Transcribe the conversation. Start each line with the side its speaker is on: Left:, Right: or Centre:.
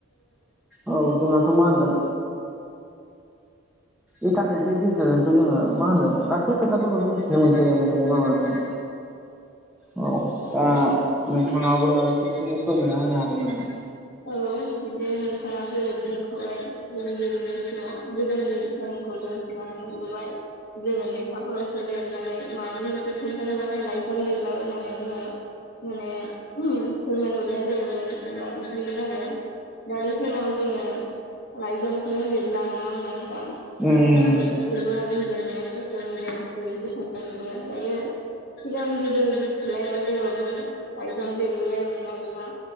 Centre: औ जोंनाथ' मा होनदों इन्टारनेटनि गेजेरजोंथ' जोङो मा होनो गासै खोथाफोरखौनो मिथि मोनखायोआनो नंगौ ना नङा नोंथां औ दा
Left: औ
Centre: नोंथाङाबो ससेनो फोरमायना होनो हागोन नामा?
Left: औ जे नोंथाङा जेरै बुंखाबाय जों गोदोनि सिगांआव गोदोनि खौ जों खोनानो मोनबोबाय जोङो लेखाफोराव लेरनानै माबा मोनसे खोन्थानोब्लाथाय लाइजाम लेरलाबायनानै जोङो माने फोरमायहरनाय जायोमोन होनबा बिदिमोन आरो दानि टाइमाव जोङो लाइजामखौनो लिरला नङा होमबा नोंथां
Centre: उम
Left: बिदिनो गासैबो इन्टारनेट ससियेल मिडियानिख्रुइसो हमलां जोबो ओमफायो सिगां गोदो गोसथोलायनाय लायबाबो लायजाम लिरलायलायोमोन आरोना